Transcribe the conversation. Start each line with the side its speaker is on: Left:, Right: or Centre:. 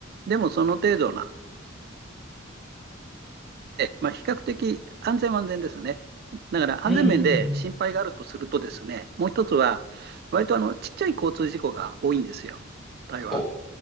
Right: でもその程度な、まあ、比較的安全は安全ですね。だから安全面で心配があるとするとですね、
Centre: うん。うんうんうん。
Right: もう一つは、割とあのちっちゃい交通事故が多いんですよ、台湾。
Centre: お、